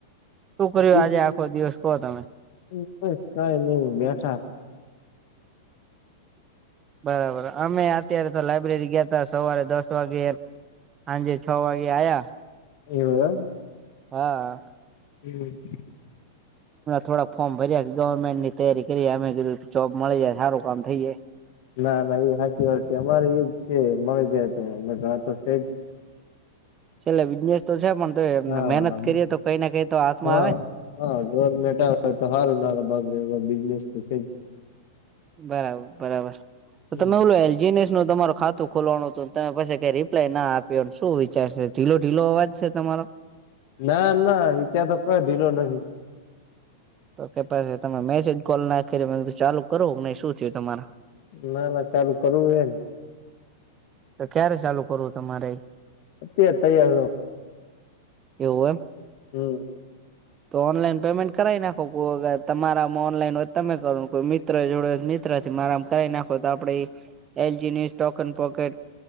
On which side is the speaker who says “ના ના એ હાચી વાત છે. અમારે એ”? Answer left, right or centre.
Left